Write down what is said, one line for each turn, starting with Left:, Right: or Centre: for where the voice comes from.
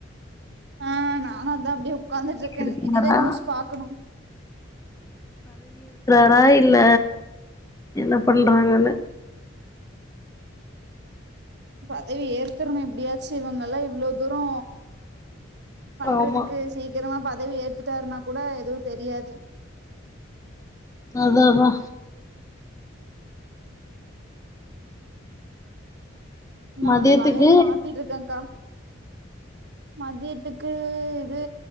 Right: ஆ நா நானு அதா அப்டியே ஒக்காந்துட்ருக்கே
Left: இருக்குனாலா
Right: இனிதா நியூஸ் பாக்கணு
Left: ர இல்ல என்ன பண்றாங்கன்னு
Right: பதவி ஏத்றணு எப்டியாச்சு இவுங்கெல்லா இவ்ளோ தூரோ பண்றதுக்கு
Left: ஆமா
Right: சீக்கிரமா பதவி ஏத்துட்டாருன்னா கூட எதுவு தெரியாது
Left: அதா அதா
Right: நா
Left: மதியத்துக்கு
Right: அந்த வளைல மாத்திட்ருக்கே கா மதியத்துக்கு இது